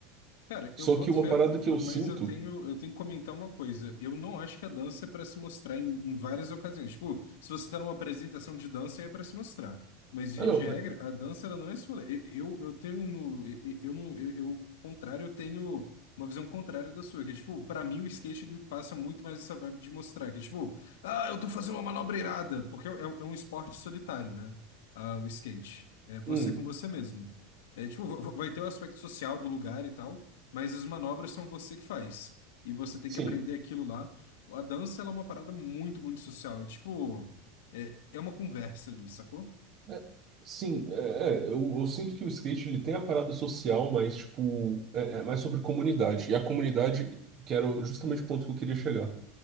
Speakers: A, on the left (about 75°); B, on the right (about 45°).
A: Cara, eu
B: Só
A: boto
B: que uma
A: fé,
B: parada
A: ma-
B: que eu
A: mas
B: sinto.
A: eu tenho, eu tenho que comentar uma coisa. Eu não acho que a dança é para se mostrar em, em várias ocasiões. Tipo, se você está numa apresentação de dança, aí é para se mostrar. Mas, via
B: Ah, não,
A: de regra,
B: mas.
A: a dança ela não é esse rolê. E- Eu, eu tenho, no, e- e- eu, no, eu, eu, contrário, eu tenho uma visão contrária da sua. Que, tipo, para mim, o skate ele me passa muito mais essa vibe de mostrar. Que, tipo, ah, eu tô fazendo uma manobra irada. Porque é, um é um esporte solitário, né? Ah, o skate. É você
B: Hum,
A: com você mesmo. É, tipo, va- va- vai ter o aspecto social do lugar e tal mas as manobras são você que faz. E você tem
B: sim.
A: que aprender aquilo lá. A dança, ela é uma parada muito, muito social. É tipo, é, é uma conversa ali, sacou?
B: é, sim, é, é, eu, eu sinto que o skate ele tem a parada social, mas, tipo, é, é mais sobre comunidade. E a comunidade, que era o- justamente o ponto que eu queria chegar.